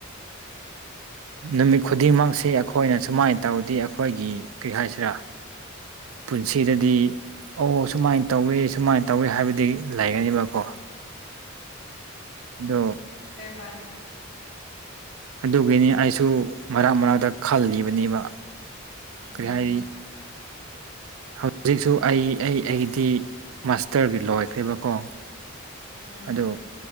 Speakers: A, on the left; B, on the right.
A: <unintelligible>
B: ꯅꯨꯃꯤꯠ ꯈꯨꯗꯤꯡꯃꯛꯁꯤ ꯑꯩꯈꯣꯏꯅ ꯁꯨꯃꯥꯏꯅ ꯇꯧꯗꯤ ꯑꯩꯈꯣꯏꯒꯤ ꯀꯔꯤ ꯍꯥꯏꯁꯤꯔꯥ ꯄꯨꯟꯁꯤꯗꯗꯤ ꯑꯣ ꯁꯨꯃꯥꯏꯟ ꯇꯧꯋꯦ ꯁꯨꯃꯥꯏꯟ ꯇꯧꯋꯦ ꯍꯥꯏꯕꯗꯤ ꯂꯩꯒꯅꯦꯕꯀꯣ ꯑꯗꯣ
A: ꯍꯦ ꯃꯥꯅꯤ
B: ꯑꯗꯨꯒꯤꯅꯤ ꯑꯩꯁꯨ ꯃꯔꯛ ꯃꯔꯛꯇ ꯈꯜꯂꯤꯕꯅꯦꯕ
A: ꯎꯝ
B: ꯀꯔꯤꯍꯥꯏꯔꯤ ꯍꯧꯖꯤꯛꯁꯨ ꯑꯩ ꯑꯩ ꯑꯩꯗꯤ ꯃꯥꯁꯇꯔꯒꯤ ꯂꯣꯏꯈ꯭ꯔꯦꯕꯀꯣ
A: ꯎꯝ
B: ꯑꯗꯣ